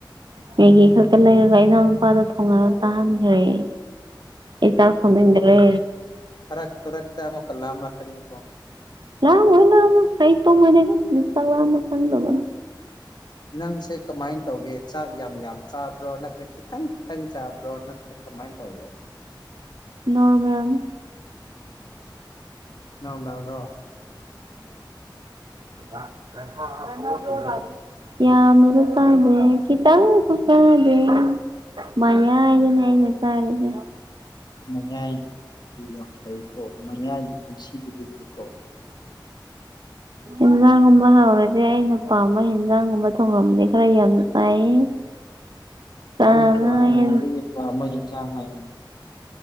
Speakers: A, on the right (about 65°); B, on the left (about 60°).
A: ꯃꯦ
B: ꯎꯝ
A: ꯂꯩꯔꯒ ꯏꯅꯥꯎ ꯅꯨꯄꯥꯗ ꯊꯣꯡꯉꯥꯟꯅ ꯇꯥꯍꯟꯈ꯭ꯔꯦ ꯏ ꯆꯥ ꯁꯃꯗ꯭ꯔꯦ
B: ꯐ ꯔꯛꯇ ꯇ ꯔꯛꯛꯇ ꯃꯣ ꯀꯜꯂꯥ ꯑꯃꯅꯀꯅꯤꯣ
A: ꯂꯣꯏꯅ ꯑꯃ ꯍ ꯇꯣ ꯃ ꯆꯥꯛ ꯑꯃ ꯈꯪꯗꯕꯅꯣ
B: ꯅꯪꯁꯦ ꯀꯃꯥꯏꯅ ꯇꯧꯒꯦ ꯆꯥꯛ ꯌꯥꯝ ꯌꯥꯝ ꯆꯥꯕ꯭ꯔꯣ ꯅꯠꯇ꯭ꯔꯒ ꯈꯤꯇꯪ ꯈꯤꯇꯪ ꯆꯥꯕ꯭ꯔꯣ ꯅꯠꯇ꯭ꯔ ꯃꯥꯏ ꯇꯧꯒꯦ
A: ꯅꯣꯔꯃꯦꯝ
B: ꯅꯃ꯭ꯔꯣ
A: ꯑ ꯌꯥꯝꯅꯨ ꯥꯗꯦ ꯈꯤꯇꯪ ꯈꯨꯁꯥꯗꯦ ꯃꯌꯥꯏꯗꯅꯦ ꯑꯩꯅ ꯆꯥꯔꯤꯁꯦ
B: ꯃꯌꯥꯏꯒꯤ ꯃꯤꯗꯤ ꯌꯥꯝ ꯐꯩꯀꯣ ꯃꯌꯥꯏꯒꯤ ꯄꯨꯟꯁꯤꯗꯤ ꯍꯤꯡꯉꯤꯀꯣ ꯎꯝ
A: ꯍꯦꯟꯖꯥꯡꯒꯨꯝꯕ ꯍꯥꯎꯔꯗꯤ ꯑꯩꯅ ꯄꯥꯝꯕ ꯍꯦꯟꯖꯥꯡꯒꯨꯝꯕ ꯊꯣꯡꯡꯂꯕꯗꯤ ꯈꯔ ꯌꯥꯝꯅ ꯆꯥꯏꯌꯦ ꯆꯥꯅ
B: ꯪ ꯈ꯭ꯋꯥꯏꯗꯒꯤꯄꯥ
A: ꯍꯦꯟꯅ
B: ꯑꯃ ꯌꯦꯟꯁꯥꯡ ꯍꯥꯏꯌꯣꯅꯦ